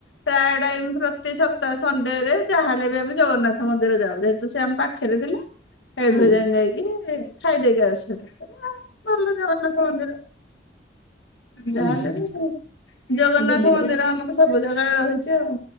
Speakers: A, on the left; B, on the left.
A: ପ୍ରାୟ ଟାଇମ ପ୍ରତି ସପ୍ତାହ ସଣ୍ଡେରେ ଯାହେଲେ ବି ଆମେ ଜଗନ୍ନାଥ ମନ୍ଦିର ଯାଉ ଯେହେତୁ ସେ ଆମେ ପାଖ ପାଖିରେ ଥିଲା ସେଠୁ
B: ହୁଁ
A: ଏଯାଏଁ ଯାଇକି ଖାଇଦେଇକି ଆସୁ। <inaudible> ହଁ ଭଲ ଜଗନ୍ନାଥ ମନ୍ଦିର।
B: ହୁଁ
A: ଯାହାେଲେ
B: ହୁଁ
A: ବି ଜଗନ୍ନାଥ
B: ଦିଲ୍ଲୀରେ
A: ମନ୍ଦିର ଆମର ସବୁ ଜାଗା ରହିଛି ଆଉ